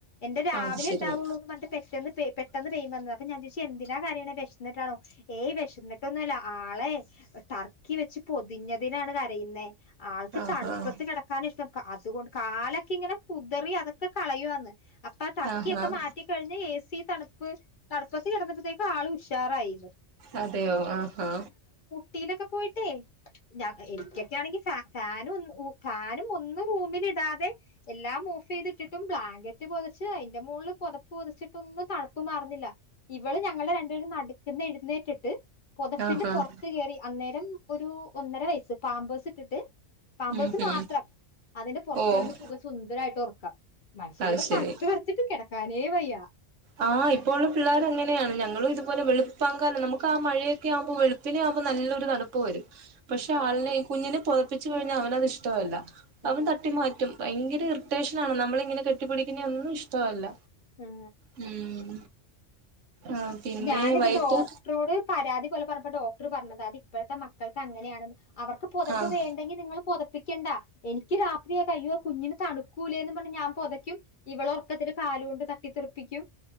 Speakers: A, on the left (about 50°); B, on the right (about 85°).
A: എന്റെ രാവിലെ
B: അത് ശരി
A: ഉണ്ടാവുള്ളൂ എന്ന് പറഞ്ഞ് പെട്ടെന്ന് പെ പെട്ടെന്ന് പെയിൻ വന്നു അപ്പൊ ഞാൻ ചോദിച്ചെ എന്തിനാ കരയണേ വെശ്ന്നിട്ടാണോ ഏയ് വിശന്നിട്ടൊന്നുല്ല ആളെ ടർക്കി വെച്ച് പൊതിഞ്ഞതിനാണ് കരയുന്നേ ആൾക്ക്
B: ആഹ്
A: തണുപ്പത്ത്
B: ആഹ്
A: കിടക്കാന ഇഷ്ടം ആ അതുകൊണ്ട് കാലൊക്കെ ഇങ്ങനെ കുതറി അതൊക്കെ കളയുവാന്ന് അപ്പൊ ആ ടർക്കി
B: ആഹ്
A: യൊക്കെ
B: ആഹ്
A: മാറ്റി കഴിഞ് ഏ സി ഈ തണുപ്പ് തണുപ്പത്ത് കിടന്നപ്പോഴത്തേക്കു ആള് ഉഷാറായിന്ന്
B: അതെയോ ആ ഹാ
A: ഊട്ടി ലൊക്കെ പോയിട്ടേ ഞ എനിക്കൊക്കെ ആണെങ്കി ഫാ ഫാനുംഒന്ന് ഉ ഫാനും ഒന്ന് റൂമിൽ ഇടാതെ എല്ലാം ഓഫ് ചെയ്തിട്ടിട്ടും ബ്ലാങ്കറ്റ് പൊതിച്ച് അയിന്റെ മോള് പൊതപ്പ് പൊതിച്ചിട്ടൊന്നും തണുപ്പ് മാറുന്നില്ല ഇവള് ഞങ്ങളെ രണ്ടുപേരും നടക്കുന്ന എഴുന്നേറ്റിട്ട് പൊതപ്പിന്റെ
B: ആഹ്
A: പുറത്ത്
B: ആഹ്
A: കയറി അന്നേ രൻ ഒരു ഒന്നര വയസ്സ് പാമ്പേസ് ഇട്ടിട്ട് പാമ്പേസ്
B: ഉം ഉം
A: മാത്രം അതിന്റെ പുറത്ത്കിടന്നു
B: ഓഹ്
A: സുഖ സുന്ദര ഖാ യിട്ട് ഒറക്കാം മൻശനിവിടെ
B: അത് ശരി
A: തണുത്ത് വെർച്ചിട്ട് കെടക്ക ക്കാനെ വയ്യ
B: ആഹ് ഇപ്പോ ഉള്ള പിള്ളേർ അങ്ങനെയാണ് ഞങ്ങളും ഇതുപോലെ വെളു പ്പാങ്കാലം നമുക്ക് ക്ക മഴയൊക്കെ ആഉമ്പോ വെളുപ്പിനെ ആവുമ്പോ നല്ല ത് തണുപ്പ് വരും പക്ഷെ
A: ആ
B: ആളിനെ കുഞ്ഞിനെ പുതപ്പിച്ച് കഴിഞ്ഞാ അവനതിഷ് ടവല്ല
A: ആ
B: അവൻ തട്ടി മാറ്റും ഭയങ്കര ഇറിട്ടേഷനാണ് നമ്മളിങ്ങനെ കെട്ടിപ്പിടിക്ന്നെ ഒന്നും ഇഷ്ടവല്ല
A: ഉം
B: ഉം ആഹ് പിന്നെ
A: ഞാനിത്
B: വൈകിട്ട്
A: ഡോക്ടറോട് പരാതി പോലെ പറഞ്ഞപ്പോ ഡോക് പറഞ്ഞത് അത് ഇപ്പോഴത്തെ മക്കൾക്ക് അങ്ങനെയാണെന്ന് അവർക്ക് പൊതപ്പ്
B: ആഹ്
A: വേണ്ടെങ്കിൽ നിങ്ങൾ പുത പൊതപ്പിക്കണ്ട എനിക്ക് രാത്രി അയ്യോ കുഞ്ഞിന് തണുക്കൂലേന്ന് പറഞ്ഞ് ഞാൻ പൊതയ്ക്കും ഇവൾ ഉറക്കത്തിൽ കാല് കൊണ്ട് തട്ടിത്തെറുപ്പിക്കും